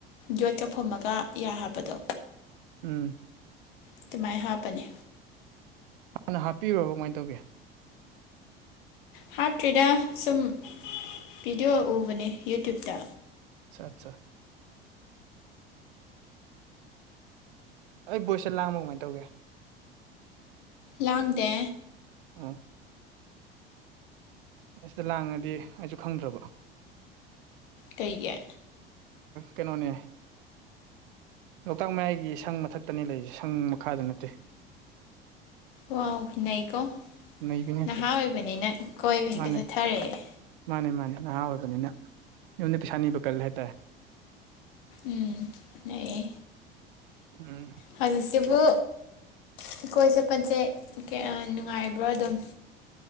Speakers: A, on the left; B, on the right.
A: ꯌꯣꯠꯀ ꯐꯨꯝꯃꯒ ꯌꯥ ꯍꯥꯞꯄꯗꯣ
B: ꯎꯝ
A: ꯑꯗꯨꯃꯥꯏꯅ ꯍꯥꯞꯄꯅꯤ
B: ꯍꯥꯟꯅ ꯍꯥꯞꯄꯤꯔꯣꯕ ꯀꯃꯥꯏꯅ ꯇꯧꯒꯦ
A: ꯍꯥꯞꯇ꯭ꯔꯤꯗ ꯁꯨꯝ ꯚꯤꯗꯤꯑꯣ ꯎꯕꯅꯦ ꯌꯨꯇ꯭ꯌꯨꯨꯞꯇ
B: ꯑ ꯑꯠꯆꯥ ꯑꯩ ꯕꯣꯏꯁꯠ ꯂꯥꯡꯕ ꯀꯃꯥꯏꯅ ꯇꯧꯒꯦ
A: ꯂꯥꯡꯗꯦ
B: ꯑꯣ ꯑꯁꯤꯗ ꯂꯥꯡꯉꯗꯤ ꯑꯩꯁꯨ ꯈꯪꯗ꯭ꯔꯕ
A: ꯀꯩꯒ
B: ꯀꯩꯅꯣꯅꯦ ꯂꯣꯛꯇꯥꯛ ꯃꯌꯥꯏꯒꯤ ꯁꯪ ꯃꯊꯛꯇꯅꯤ ꯂꯩꯔꯤꯁꯦ ꯁꯪ ꯃꯈꯥꯗ ꯅꯠꯇꯦ
A: ꯋꯥ ꯅ ꯀꯣ
B: ꯅꯩꯕꯤꯅꯤ
A: ꯅꯍꯥ
B: ꯍꯦꯛꯇ
A: ꯑꯣꯏꯕꯅꯤꯅ ꯀꯣꯏꯕ
B: ꯃꯥꯅꯦ
A: ꯍꯦꯛꯇ ꯆꯠꯊꯔꯛꯑꯦ
B: ꯃꯥꯅꯦ ꯃꯥꯅꯦ ꯅꯍꯥ ꯑꯣꯏꯕꯅꯤꯅ ꯌꯨꯝꯗ ꯄꯩꯁꯥ ꯅꯤꯕ ꯀꯜꯂ ꯍꯥꯏꯇꯥꯔꯦ
A: ꯎꯝ ꯌꯥꯏꯌꯦ
B: ꯎꯝ
A: ꯍꯣꯏ ꯁꯁꯤꯕꯨ ꯑꯩꯈꯣꯏ ꯆꯦꯠꯄꯁꯦ ꯀꯌꯥ ꯅꯨꯡꯉꯥꯏꯕ꯭ꯔꯣ ꯑꯗꯨꯝ